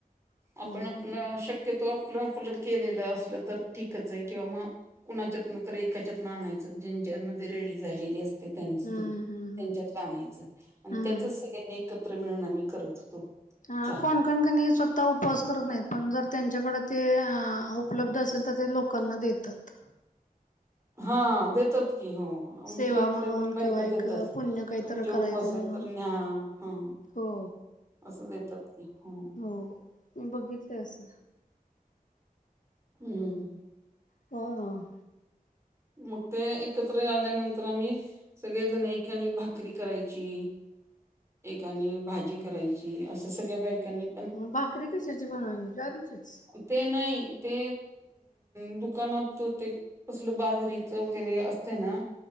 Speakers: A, on the left; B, on the right.
A: हम्म
B: आपण आपलं
A: हम्म
B: शक्य तो आपलं आपलं केलेलं असलं तर ठीकच आहे किंवा मग कुणाच्यातन तर एकाच्यातन आणायचं ज्यांच्यामध्ये रेडी झालेली असते. ते त्यांच
A: हम्म
B: दूध त्यांच्यात
A: हम्म
B: आणायचं आणि
A: हम्म
B: त्याचच सगळ्यांनी एकत्र मिळून आम्ही करत. होतो
A: हा
B: चहा.
A: कोण णकणी स्वतः उपवास करत नाहीत पण जर त्यांच्याकडे ते उपलब्ध असेल तर ते लोक लोकांना देतात.
B: हा देतात की हो. आमच्या
A: सेवा
B: इथल्या
A: म्हणून
B: पण बायका
A: किंवा एक
B: देतात
A: पुण्य काहीतरी
B: तुमचे
A: करायचं
B: उपवास
A: म्हणून
B: आहेत तर न्या हा.
A: हो.
B: असं देतात की हो.
A: हो मी बघितलंय असं.
B: हम्म.
A: ह.
B: मग ते एकत्र आल्यानंतर आम्ही. सगळेजण एककानी भाकरी करायची. एकानी भाजी करायची असं सगळ्या बाईकांनी
A: मग भाकरी कशाची बनवी ज्वारीचीच.
B: ते नाही ते अ दुकानात ते कसलं बाज बेचवगिरी वगैरे असते ना